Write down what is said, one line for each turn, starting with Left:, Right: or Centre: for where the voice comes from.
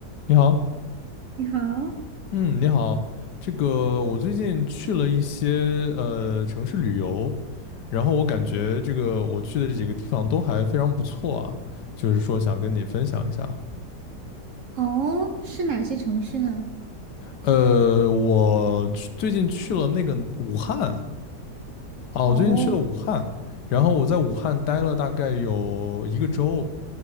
Left: 你好，
Right: 你好，
Left: 嗯，你好，这个我最近去了一些呃城市旅游，然后我感觉这个我去的这几个地方都还非常不错啊，就是说想跟你分享一下。
Right: 哦，是哪些城市呢？
Left: 呃，我去最近去了那个武汉啊，
Right: 哦
Left: 我最近去了武汉，然后我在武汉待了大概有一个周